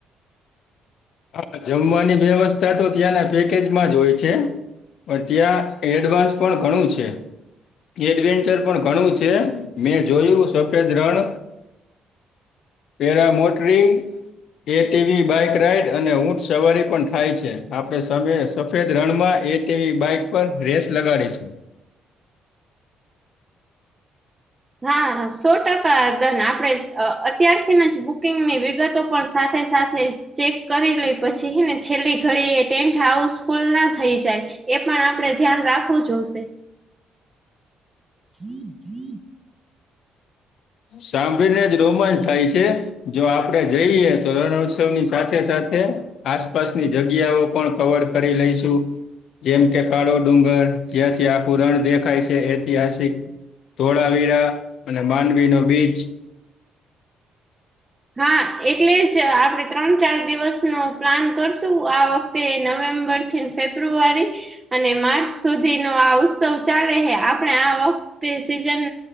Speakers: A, on the left; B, on the right.
A: હા જમવાની વ્યવસ્થા તો ત્યાંના પેકેજમાં જ હોય છે. પણ ત્યાં એડવાન્સ પણ ઘણું છે. એડવેન્ચર પણ ઘણું છે, મેં જોયું સફેદ રણ para motoring A TV bike ride અને ઊંટ સવારી પણ થાય છે, આપે સફેદ રણમાં એટીવી બાઈક ઉપ રેસ લગાડે છે.
B: હા, સો ટકા ધન આપણે અત્યારથીને જ બુકિંગની વિગતો પણ સાથે સાથે ચેક કરી લે પછી હ ને છેલ્લી ઘડી એ ટેન્ટ હાઉસફુલ ના થઈ જાય એ પણ આપડણે ધ્યાન રાખવું જો હશે <inaudible>
A: સાંભળીને જ રોમાંચ થાય છે, જો આપડે જઈએ તો રણોત્સવ ની સાથે સાથે આસપાસની જગ્યાઓ પણ કવર કરી લઈશુ જેમ કે કાળો ડુંગર જ્યાંથી આખું રણ દેખાય છે ઐતિહાસિક ધોળાવીરા અને માંડવી નો બીચ.
B: હા એટલે જ આપણે ત્રણ ચાર દિવસનો પ્લાન કરશું આ વખતે. તે નવેમ્બર થી ફેબ્રુઆરી. અને માર્ચ સુધી નો આ ઉત્સવ ચાલે હ આપણે આ વખતે સીઝન.